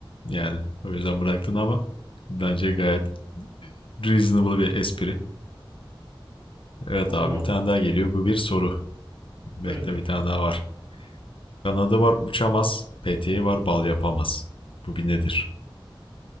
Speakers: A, on the left; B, on the right.
A: Yani o yüzden bıraktın ama bence gayet reasonable bir espri. Evet
B: O zaman
A: abi bir tane daha geliyor. Bu bir soru. Bekle
B: söyle.
A: bir tane daha var. Kanadı var uçamaz. Peteği var bal yapamaz. Bu bir nedir?